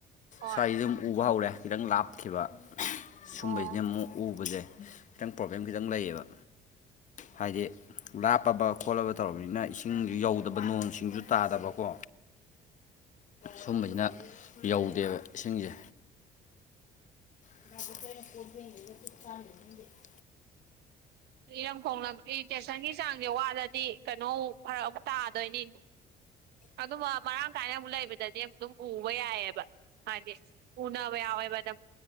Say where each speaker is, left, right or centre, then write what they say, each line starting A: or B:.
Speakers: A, on the right; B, on the left.
A: ꯍꯣꯏ
B: ꯁꯋꯥꯏꯁꯤꯗꯨꯝ ꯎꯕ ꯍꯧꯔꯦ ꯈꯤꯇꯪ ꯂꯥꯞꯈꯤꯕ ꯁꯨꯝꯕꯁꯤꯗꯤ
A: ꯑꯣ
B: ꯑꯃꯨꯛ ꯎꯕꯁꯦ ꯈꯤꯇꯪ ꯄ꯭ꯔꯣꯕ꯭ꯂꯦꯝ ꯈꯤꯇꯪ ꯂꯩꯌꯦꯕ ꯍꯥꯏꯗꯤ ꯂꯥꯞꯂꯕ ꯈꯣꯠꯂꯕ ꯇꯧꯔꯕꯅꯤꯅ ꯏꯁꯤꯡꯁꯨ ꯌꯧꯗꯕ ꯅꯣꯡ ꯁꯤꯡꯁꯨ ꯇꯥꯗꯕꯀꯣ ꯁꯨꯝꯕꯁꯤꯅ ꯌꯧꯗꯦꯕ ꯏꯁꯤꯡꯁꯦ ꯑꯦ
A: ꯏꯔꯝꯈꯣ ꯂꯝꯇꯦꯁꯟꯒꯤ ꯆꯥꯡꯁꯦ ꯋꯥꯠꯂꯗꯤ ꯀꯩꯅꯣ ꯐꯔꯛ ꯑꯃꯨꯛ ꯇꯥꯗꯣꯏꯅꯤꯅꯦ ꯑꯗꯨꯃ ꯃꯔꯥꯡ ꯀꯥꯏꯅ ꯑꯃꯨꯛ ꯂꯩꯕꯗꯗꯤ ꯑꯃꯨꯛ ꯑꯗꯨꯝ ꯎꯕ ꯌꯥꯏꯑꯕ ꯍꯥꯏꯗꯤ ꯎꯅꯕ ꯌꯥꯎꯋꯦꯕ ꯑꯗꯨ